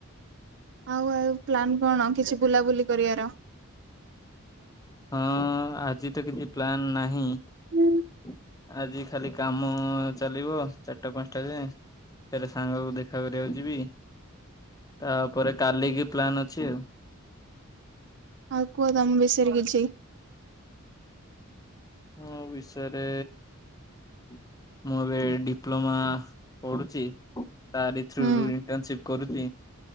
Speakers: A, on the right; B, on the left.
A: ଆଉ ଆଉ ପ୍ଲାନ୍ କଣ କିଛି ବୁଲାବୁଲି କରିବାର
B: ହଁ ଆଜି ତ କିଛି ପ୍ଲାନ ନାହିଁ। ହଁ
A: ହୁଁ
B: ଆଜି ଖାଲି କାମ ଚାଲିବ ଚାରିଟା ପାଞ୍ଚଟା ଯାଏଁ ଫେରେ ସାଙ୍ଗକୁ ଦେଖା କରିବାକୁ ଯିବି। ତାପରେ କାଲିକି ପ୍ଲାନ ଅଛି ଆଉ।
A: ଆଉ କୁହ ତମ ବିଷୟରେ କିଛି।
B: ମୋ ବିଷୟରେ ମୁଁ ଏବେ ଡିପ୍ଲୋମା ପଢୁଚି ତାରି ଥ୍ରୋ
A: ହୁଁ
B: ରୁ ଇଣ୍ଟରସିପ୍ କରୁଚି।